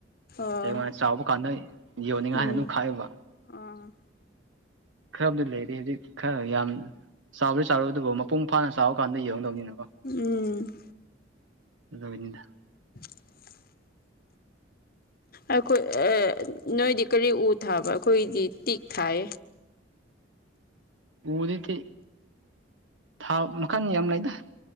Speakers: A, on the left (about 50°); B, on the right (about 85°).
A: ꯑꯣ
B: ꯍꯉ ꯆꯥꯎꯕ ꯀꯥꯟꯗ ꯌꯣꯟꯅꯤꯡꯉ
A: ꯎꯝ
B: ꯍꯥꯏꯅ ꯑꯗꯨꯝ ꯈꯥꯏꯑꯦꯕ
A: ꯑꯣ
B: ꯈꯔꯕꯨꯗꯤ ꯂꯩꯔꯤ ꯍꯧꯖꯤꯛ ꯈꯔ ꯌꯥꯝ ꯆꯥꯎꯔꯗꯤ ꯆꯥꯎꯔꯣꯏ ꯑꯗꯨꯕꯨ ꯃꯄꯨꯡ ꯐꯥꯅ ꯆꯥꯎꯕ ꯀꯥꯟꯗ ꯌꯡꯗꯧꯅꯤꯅ
A: ꯎꯝ
B: ꯑꯗꯨꯅꯤꯗ
A: <unintelligible> ꯑꯩꯈꯣꯏ ꯅꯣꯏꯗꯤ ꯀꯔꯤ ꯎ ꯊꯥꯕ ꯑꯩꯈꯣꯏꯗꯤ ꯇꯤꯛ ꯊꯥꯏ
B: ꯎꯗꯗꯤ ꯊꯥ ꯃꯈꯟ ꯌꯥꯝ ꯂꯩꯗ